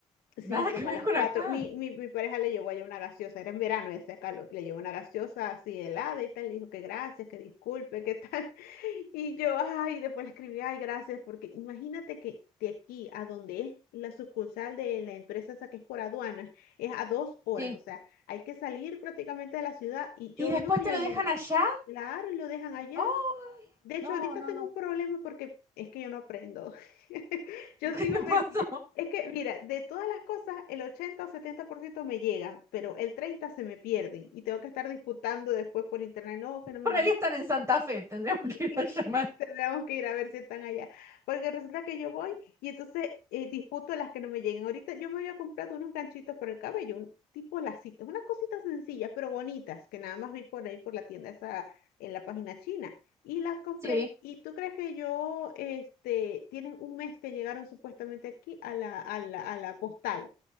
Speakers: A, on the left; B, on the right.
A: Sí,
B: Nada que
A: como
B: ver
A: a las
B: con
A: cuatro.
B: acá.
A: Mi, mi, mi pareja le llevó allá una gaseosa, era en verano y hacía calor. Le llevó una gaseosa así helada y tal. Le dijo que gracias, que disculpe, que tal. <laughs> Y yo, ay, después le escribí, ay, gracias, porque imagínate que de aquí a donde es la sucursal de la empresa esa que es por aduanas, es a dos horas.
B: Sí.
A: O sea, hay que salir prácticamente de la ciudad y yo
B: ¿Y después
A: no voy
B: te
A: a
B: lo
A: ir.
B: dejan allá?
A: Claro, y lo dejan allá.
B: Oh,
A: De hecho,
B: No,
A: ahorita
B: no,
A: tengo
B: no.
A: un problema porque es que yo no aprendo. <laughs> Yo
B: <laughs> ¿qué
A: sigo,
B: te
A: me-
B: pasó?
A: yo- es que mira, de todas las cosas, el 80 o 70% me llegan, pero el 30 se me pierden y tengo que estar disputando después por internet, no, que no me
B: Por ahí están en Santa Fe, tendremos
A: Sí,
B: que ir a llamar.
A: <laughs> tendríamos que ir a ver si están allá. Porque resulta que yo voy y entonces eh, disputo las que no me lleguen. Ahorita yo me había comprado unos ganchitos para el cabello, un tipo lacitos, unas cositas sencillas pero bonitas que nada más vi por ahí por la tienda esa en la página china. Y las compré.
B: Sí,
A: ¿Y tú crees que yo, este, tienen un mes que llegaron supuestamente aquí a la, a la, a la postal?